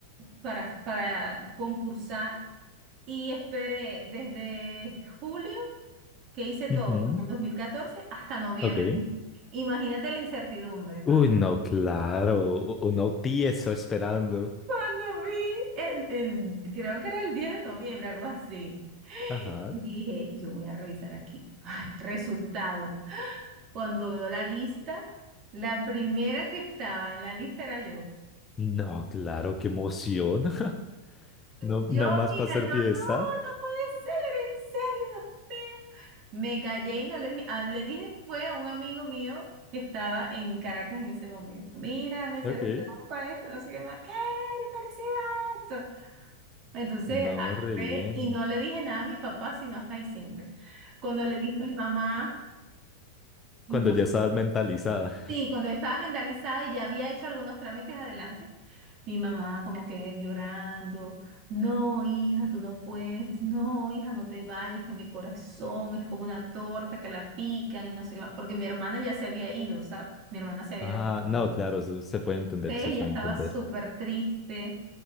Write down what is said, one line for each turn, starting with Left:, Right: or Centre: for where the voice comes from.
Right: para, para concursar y esperé desde julio, que hice todo
Left: ujú,
Right: en el 2014 hasta noviembre.
Left: Ok.
Right: Imagínate la incertidumbre, ¿no?
Left: Uy, no, claro, u- uno tieso esperando.
Right: Cuando vi el, el- creo que era el 10 de noviembre, algo así.
Left: Ajá.
Right: Dije, yo voy a revisar aquí. Ay, resultado. Cuando veo la lista, la primera que estaba en la lista era yo.
Left: No, claro, qué emoción. <laughs> No,
Right: Yo,
Left: no más
Right: mira,
Left: para hacer
Right: yo,
Left: fiesta.
Right: no, no puede ser, en serio, Dios mío. Me callé y no le dije, ah, le dije fue a un amigo mío que estaba en Caracas en ese momento. Mira, me seleccionaron
Left: Ok.
Right: para esto, no sé qué más. ¡Qué felicidad! Entonces,
Left: No,
Right: agarré
Left: re bien.
Right: y no le dije nada a mis papás, sino hasta diciembre. Cuando le dije a mi mamá, mi
Left: Cuando
Right: mamá,
Left: ya estabas mentalizada.
Right: sí, cuando yo estaba vendalizada y ya había hecho algunos trámites adelante. Mi mamá como que llorando, no, hija, tú no puedes, no, hija, no te vayas, que mi corazón es como una torta que la pican y no sé qué más, porque mi hermana ya se había ido, ¿sabes? Mi hermana se había
Left: Ah,
Right: ido. para Colombia.
Left: no, claro, se, se puede entender,
Right: Sí, Ella
Left: se puede
Right: estaba
Left: entender.
Right: súper triste